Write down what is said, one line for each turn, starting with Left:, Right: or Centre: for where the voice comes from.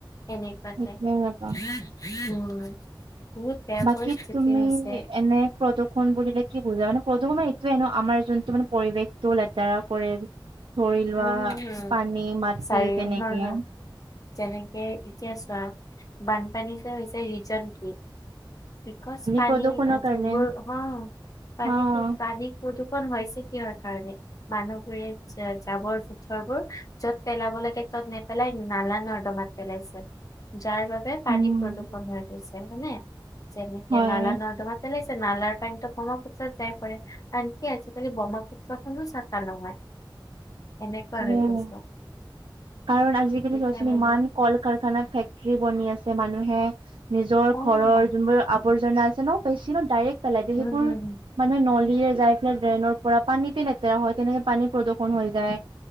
Left: এনেকুৱা
Right: সেইটোৱে
Left: যে
Right: ৰবা
Left: <unintelligible> উম বহুত বেয়া
Right: বাকী
Left: পৰিস্থিতি
Right: তুমি
Left: হৈছে।
Right: এনে প্ৰদূষণ বুলিলে কি বুজা মানে প্ৰদূষণ মানে এইটোৱেই ন আমাৰ যোনটো মানে পৰিৱেশটো লেতেৰা কৰে ধৰি লোৱা
Left: উম হম হম
Right: পানী, মাটি
Left: চাৰিও
Right: তেনেকে।
Left: হা হা যেনেকে এতিয়া চোৱা বানপানী যে হৈছে ৰিজন কি বিকজ পানী
Right: প্ৰদূষণৰ কাৰণে
Left: যোনবোৰ অ পানীটোক
Right: অ
Left: পানী প্ৰদূষণ হৈছে কিহৰ কাৰণে মানুহবোৰে জাবৰ-জোথৰবোৰ য'ত পেলাব লাগে তত নেপেলাই নলা-নৰ্দমাত পেলাইছে। যাৰ বাবে পানী
Right: উম,
Left: প্ৰদূষণ হৈ গৈছে হয়নে যেনেকে
Right: হয়
Left: নালা নৰ্দমাত পেলাইছে নালাৰ পানীত ব্ৰহ্মপুত্ৰত যাই পৰে আনকি আজিকালি ব্ৰক্ষ্মপুত্ৰ খনো চাফা নহয়। এনেকুৱা
Right: সেয়াই।
Left: হৈ গৈছে।
Right: কাৰণ আজিকালি
Left: তেতিয়াহলে
Right: চোৱাচোন ইমান কল কাৰখানা ফেক্টৰী বনি আছে মানুহে, নিজৰ
Left: অ উম
Right: ঘৰৰ যোনবোৰ আৱৰ্জনা আছে ন বেছি ন ডাইৰেক্ট পেলাই দিয়ে
Left: হম
Right: সেইবোৰ
Left: হম,
Right: মানে নলীয়েৰে যাই পেলে ড্ৰেইনৰ পৰা পানীতে লেতেৰা হয় তেনেকে পানীৰ প্ৰদূষণ হৈ যায়।